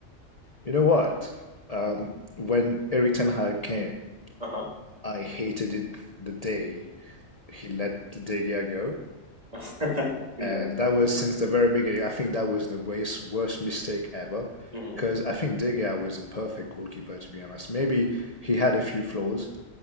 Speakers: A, on the left; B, on the right.
A: You know what? Um, when Eric Ten Hag came,
B: Uh-huh.
A: I hated it the day he let De Gea go.
B: <laughs> Yeah.
A: And that was since the very beginning. I think that was the worst, worst mistake ever.
B: hmm
A: Because I think De Gea was a perfect goalkeeper, to be honest. Maybe he had a few flaws,